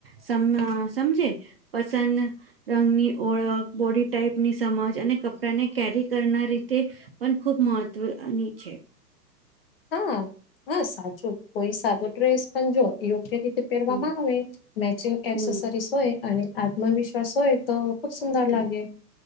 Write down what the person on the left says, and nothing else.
હા, હા સાચું કોઈ સાદો ડ્રેસ પણ જો યોગ્ય રીતે હેરવામાં
આવે મેચિંગ
એસેસરીસ હોય અને આત્મવિશ્વાસ હોય, તો ખુબ સુંદર
લાગે.